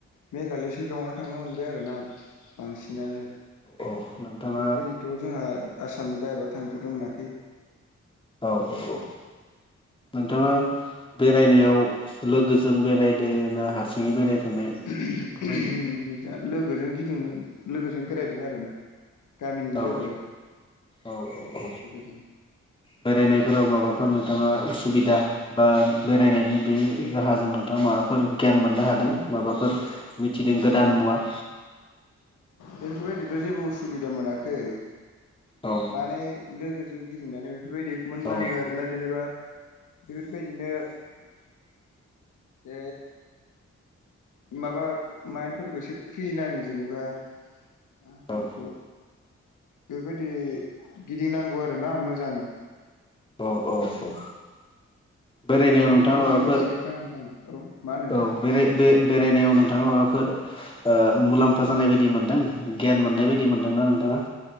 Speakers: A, on the left; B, on the left.
A: मेघालय शिलंआवनो थांनो मोनबाय आरोना बांसिनानो
B: औ नोंथाङा
A: बेफोरबायदिथ' जोंहा आसामनि बाहेरा थांफेरनो मोनाखै
B: औ औ औ नोंथाङा बेरायनायाव लोगोजों बेरायदों ना हारसिङै बेरायफेरनाय
A: <unintelligible>
B: बेफोरबायदि
A: जा लोगोजों गिदिं लोगोजों बेरायदों आरोना गामिनि
B: औ
A: लोगो
B: औ औ
A: बेबायदि
B: बेरायनायफोराव माबाफोर नोंथाङा उसुबिदा बा बेरायनायनि बे राहाजोंनोथ' माबाफोर गियान मोननो हादों माबाफोर मिथिदों गोदान मुवा
A: बेफोरबायदिथ' जेबो उसुबिदा मोनाखै
B: औ
A: माने लोगोजों गिदिंनानै बेफोरबायदि मोन
B: औ
A: नाङो आरोना जेनेबा बेफोरबायदिनो ओ माबा माइन्दफोरखौ एसे फ्रि नांङो जेनेबा <unintelligible>
B: औ
A: बेखौ बेबायदि गिदिंनांगौ आरो ना मोजां
B: औ औ औ बेरायनायाव
A: माने
B: नोंथाङा
A: खर'फोराबो
B: माबाफोर
A: एसे गाहाम नाङो औ मा होनो नोंथां
B: औ बेराय बे बेरायनायाव नोंथाङा माबाफोर ओ मुलाम्फा जानाय बायदि मोनदों गियान मोननाय बायदि मोनदोंना नोंथाङा